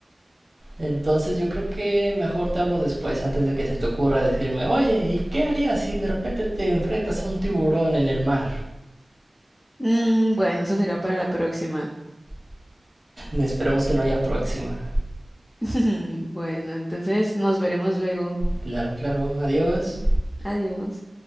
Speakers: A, on the right (about 40°); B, on the left (about 25°).
A: Entonces yo creo que mejor te hablo después, antes de que se te ocurra decirme, oye, ¿y qué harías si de repente te enfrentas a un tiburón en el mar?
B: Mm, bueno, eso será para la próxima.
A: Esperamos que no haya próxima.
B: <laughs> Bueno, entonces nos veremos luego.
A: Claro, claro, adiós.
B: Adiós.